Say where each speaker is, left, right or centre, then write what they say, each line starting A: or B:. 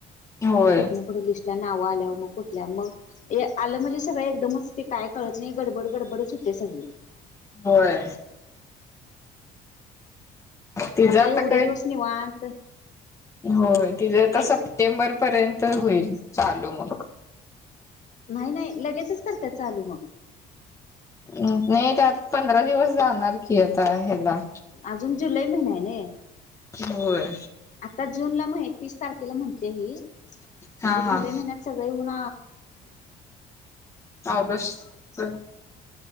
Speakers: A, on the left; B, on the left.
A: होय.
B: म तिथन पुढं लिस्ट त्या नाव आल्यावर मग कुठल्या मग ते आलं म्हणजे सगळ एकदमच ते काय कळत नाही गडबड गडबडच हु तेसवी
A: होय. तीज आता
B: एवढे
A: काय?
B: दिवस निवांत
A: होय तिज आता
B: काय
A: सप्टेंबर
B: ते
A: पर्यंत होईल चालू मग..
B: नाही नाही लगेचच करत्या चालू मग.
A: ् नाही त्या आत पंधरा दिवस जाणार की आता ह्याला‌‌
B: अजून जुलै महिना आहे ना,,
A: होय
B: आता जूनला माह तीस तारखेला म्हणत्या ही,
A: हा
B: म्हणजे
A: हा.
B: जुलै महिन्यात सगळे एऊन.
A: ऑगस्ट च,